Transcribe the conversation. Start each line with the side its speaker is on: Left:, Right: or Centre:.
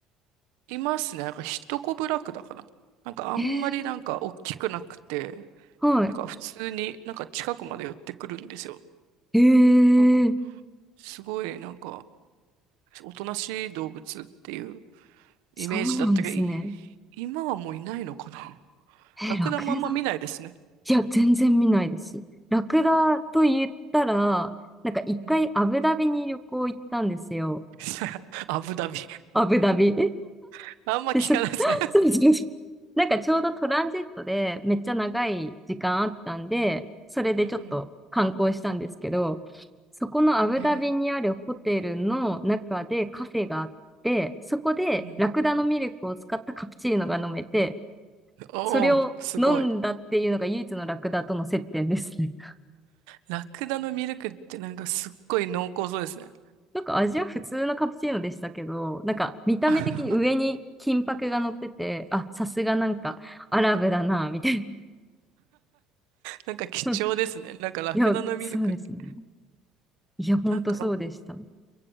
Right: いますね。なんか、ヒトコブラクダかな。なんか、あんまりなんか、
Centre: へえ、
Right: 大きくなくて、
Centre: は
Right: なんか普通になんか近くまで寄ってくるんですよ。
Centre: い。へ
Right: なんか
Centre: え、
Right: すごいなんかおとなしい動物っていうイメージだったけど、
Centre: そうなんですね。
Right: い今はもういないのかな。<laughs>
Centre: え、
Right: ラクダもあんま見ないですね。
Centre: ラクダいや、全然見ないです。ラクダと言ったら、なんか一回アブダビに旅行行ったんですよ。
Right: うん。<laughs> アブダビ。
Centre: アブダビ。
Right: <laughs> あんま聞かないですね。
Centre: で、そ、<laughs> そうそうそう。<laughs> なんかちょうどトランジットでめっちゃ長い時間あったんで、
Right: うん。
Centre: それでちょっと観光したんですけど、
Right: うん。
Centre: そこのアブダビにあるホテルの中でカフェがあって、
Right: うん。えー
Centre: そこでラクダのミルクを使ったカプチーノが飲めて、
Right: うん。おお、
Centre: それを飲んだっていうのが唯一のラクダとの接点ですね。
Right: すごい。
Centre: <laughs>
Right: ラクダのミルクってなんかすっごい濃厚そうですね。
Centre: なんか味は普通のカプチーノでしたけど、なんか見た目的に上に金箔が乗ってて、
Right: <laughs>
Centre: あ、さすがなんかアラブだな、みたいな。
Right: なんか貴重ですね。
Centre: <laughs>
Right: なんかラクダのミルクって。
Centre: いや、そうですね。いや、ほんとそうでした。
Right: なんか、
Centre: <laughs>